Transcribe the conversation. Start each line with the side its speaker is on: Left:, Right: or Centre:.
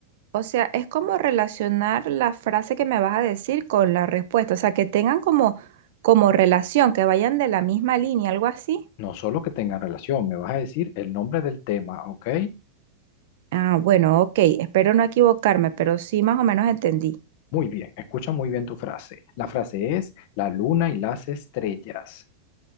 Right: O sea, es como relacionar la frase que me vas a decir con la respuesta, o sea, que tengan como, como relación, que vayan de la misma línea, algo así.
Left: No solo que tengan relación, me vas a decir el nombre del tema, ¿ok?
Right: Ah, bueno, ok, espero no equivocarme, pero sí más o menos entendí.
Left: Muy bien, escucha muy bien tu frase. La frase es la luna y las estrellas.